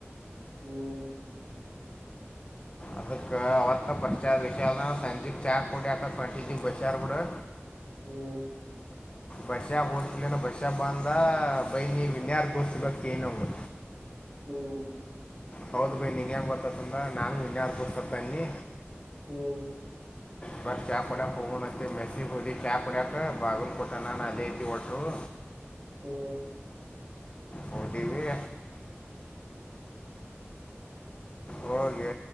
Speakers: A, on the right; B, on the left.
A: ಹೂ
B: ಅದಕ ಅವತ್ತು ಪಾಶ್ಚರ್ ವಿಶಾಲಸಂಜಿಕ ಚಾ ಕುಡಿಯಾಕ ಹೊಟ್ಟಿದ್ವಿ ಬೈಸರ ಬಿಡು
A: ಹೂ
B: ಬಷ್ಯಾಾಬ್ ಓದಲ ಬಸ್ಯಾ ಬ ಅಂದ ಬೈ ನೀವ ಇನ್ಯಾರ ದೋಸ್ ಸಿಗೋತ್ ಕನಂಗ
A: ಹ್ಮ್ ಹ್ಮ್
B: ಹೌದು ಭೈ ನಿಂಗೆ ಹೆಂಗೆ ಬರ್ತೈತಂದ್ರ ನಾನು ವಿಜಾರ ಕೂರ್ ಸರ್ತಾನಿ
A: ಹೂ
B: ಬಾರಿ ಚಾ ಕುಡಿಯಾಕ ಹೋಗ ನತ್ತೆ ಮೆಸ ಹೊಲಿ ಚಾ ಪುಡ್ಯಕ ಬಾಗ ಕೊತಾನಾನ ಅದಐತಿ ಒಟ ಹ
A: ಹೂ
B: ಹೊದಿವಿ ಹೋಗಿ